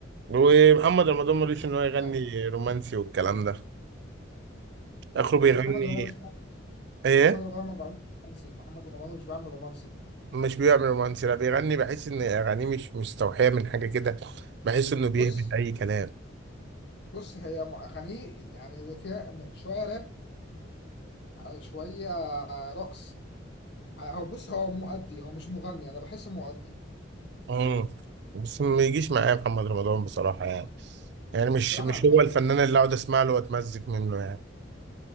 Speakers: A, on the right; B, on the left.
A: ومحمد رمضان ملوش ان هو يغني
B: يعني
A: رومانسي والكلام ده اخره
B: بس
A: بيغني
B: محمد رمضان مش بيعمل
A: ايه
B: محمد رمضان ما بيعملش رومانسي محمد رمضان مش بيعمل رومانسي
A: مش بيعمل رومانسي لا بيغني بحس ان اغانيه مش مستوحيه من حاجه كده بحس انه بيهبط
B: بص
A: اي كلام
B: بص هي م- اغانيه يعني فيها م- شويه راب على- شويه رقص هو بص هو مؤدي هو مش مغني انا بحسه مؤدي
A: امم بس ما يجيش معايا محمد رمضان بصراحة يعني يعني مش
B: صراحه
A: مش
B: انا بحبه
A: هو الفنان اللي اقعد اسمع له واتمزج منه يعني